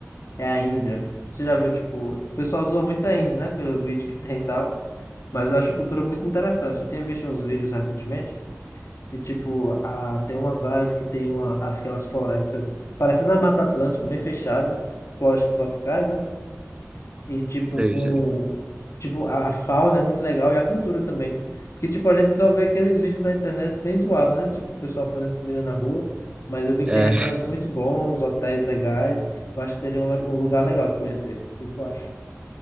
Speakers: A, on the left; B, on the right.
A: é a Índia. Você já viu, tipo, o pessoal zoa muito a Índia, né, pelos <laughs> vídeos que tem e tal. Mas eu acho a cultura muito interessante. Eu tinha visto uns vídeos recentemente e, tipo, a, tem umas áreas que tem uma, aquelas florestas, parecendo a Mata Atlântica, bem fechada, florestas tropicais, né? E, tipo,
B: Sei,
A: com...
B: sei.
A: Tipo, a a fauna é muito legal e a cultura também. Porque, tipo, a gente só vê aqueles vídeos na internet bem zoados, né? Tipo, o pessoal fazendo comida na rua. Mas eu vi que
B: É,
A: tem restaurantes muito bons, hotéis legais. Eu acho que seria um, le- um lugar legal de conhecer. O que tu acha?